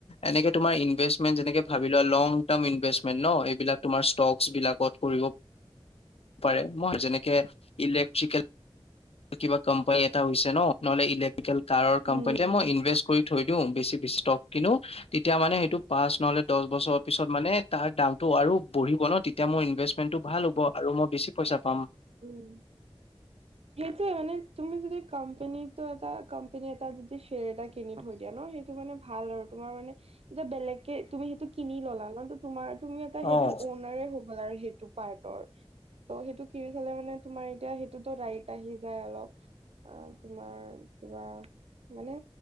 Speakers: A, on the left (about 75°); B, on the right (about 80°).
A: এনেকে তোমাৰ ইনভেষ্টমেণ্ট যেনেকে ভাবি লংটাৰ্ম ইনভেষ্টমেন্ট ন এইবিলাক তোমাৰ ষ্টক বিলাকত কৰিব পাৰে মই যেনেকে ইলেক্ট্ৰিকেল কিবা কোম্পানী এটা হৈছে ন নহ'লে ইলেক্ট্ৰিকেল কাৰৰ কম্পেনী
B: উম।
A: যে মই ইনভেষ্ট কৰি থৈ দিও বেছি বেছি ষ্টক কিনো তেতিয়া মানে সেইটো পাঁচ নহ'লে দহ বছৰৰ তাৰপিছত মানে তাৰ দামটো আৰু বঢ়িব ন তেতিয়া মোৰ ইনভেষ্টমেণ্টটো ভাল হ'ব আৰু মই বেছি পইচা পাম।
B: উম। সেইটোৱে মানে তুমি যদি কোম্পানীটো এটা কোম্পানী এটা যদি শ্বেয়াৰ এটা কিনি থৈ দিয়া ন সেই টো মানে ভাল আৰু তোমাৰ মানে এতিয়া বেলেগকে তুমি সেইটো কিনি ল'লা ন তোমাৰ তুমি এটা সেইটো
A: অ'।
B: ঔনাৰে হ হ'লা আৰু সেইটো পাৰ্টৰ ত' সেইটো কিনি থ'লে মানে তোমাৰ এতিয়া সেইটো টো ৰাইট ট আহি যায় অলপ আ তোমাৰ কিবা মানে